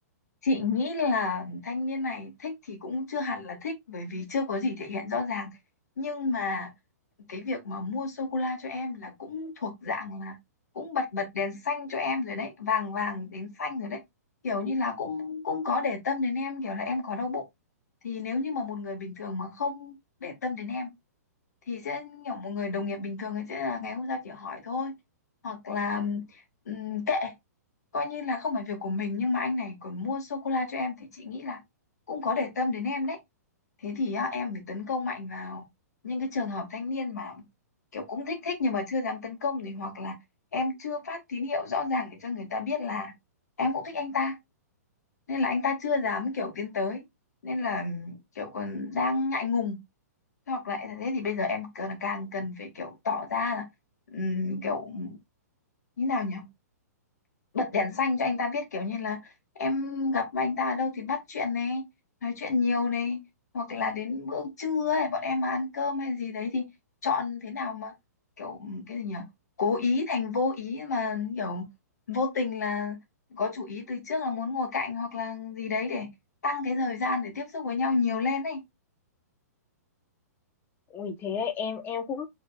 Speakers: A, on the left (about 70°); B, on the left (about 25°).
A: chị nghĩ là thanh niên này thích thì cũng chưa hẳn là thích bởi vì chưa có gì thể hiện rõ ràng nhưng mà cái việc mà mua sô cô la cho em là cũng thuộc dạng là cũng bật bật đèn xanh cho em rồi đấy vàng vàng đến xanh rồi đấy kiểu như là cũng cũng có để tâm đến em kiểu là em có đau bụng thì nếu như mà một người bình thường mà không để tâm đến em thì sẽ kiểu một người đồng nghiệp bình thường ấy sẽ là ngày hôm sau chỉ hỏi thôi hoặc là ừm, kệ coi như là không phải việc của mình nhưng mà anh này còn mua sô cô la cho em thì chị nghĩ là cũng có để tâm đến em đấy thế thì á, em phải tấn công mạnh vào những cái trường hợp thanh niên mà kiểu cũng thích thích nhưng mà chưa dám tấn công thì hoặc là em chưa phát tín hiệu rõ ràng để cho người ta biết là em cũng thích anh ta nên là anh ta chưa dám kiểu tiến tới nên là kiểu còn đang ngại ngùng hoặc là thế thì bây giờ em cần, càng cần phải kiểu tỏ ra là ừm, kiểu như nào nhỉ bật đèn xanh cho anh ta biết kiểu như là em gặp anh ta ở đâu thì bắt chuyện này nói chuyện nhiều này hoặc là đến bữa trưa ấy bọn em mà ăn cơm hay gì đấy thì chọn thế nào mà kiểu cái gì nhỉ cố ý thành vô ý mà kiểu vô tình là có chủ ý từ trước là muốn ngồi cạnh hoặc là gì đấy để tăng cái thời gian để tiếp xúc với nhau nhiều lên ấy
B: Ui thế đấy, em em cũng